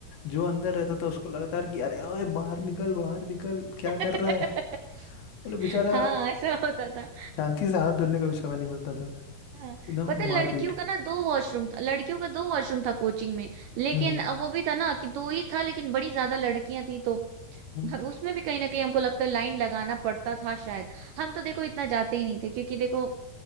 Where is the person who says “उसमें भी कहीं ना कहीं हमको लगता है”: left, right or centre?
Right